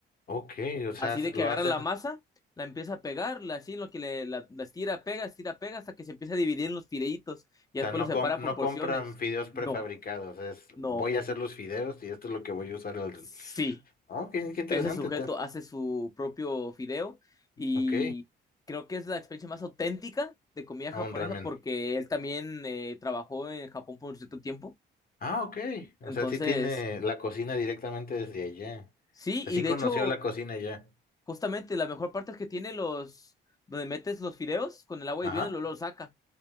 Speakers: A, on the left (about 45°); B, on the left (about 20°).
A: Ok, o sea,
B: Así
A: s-
B: de que
A: lo
B: agarra
A: hacen,
B: la masa,
A: o
B: la empieza a pegar, la- así lo que le la, la estira, pega, estira, pega, hasta que se empieza a dividir en los fileitos y
A: sea,
B: después
A: no,
B: los separa
A: com- no
B: por porciones.
A: compran fideos
B: No,
A: prefabricados, es
B: no,
A: voy a hacer los fideos y esto es lo que voy a usar. al-
B: sí.
A: Ok, qué interesante.
B: Ese sujeto
A: ta-
B: hace su propio fideo y
A: Ok.
B: creo que es la experiencia más auténtica de comida japonesa
A: A un ramen.
B: porque él también eh, trabajó en Japón por un cierto tiempo.
A: Ah, ok. O
B: Entonces,
A: sea, sí tiene la cocina directamente desde allá.
B: sí,
A: O sea,
B: y
A: sí
B: de
A: conoció
B: hecho
A: la cocina allá
B: Justamente, la mejor parte es que tiene los, donde metes los fideos con el agua
A: Ajá.
B: hirviendo y luego lo saca.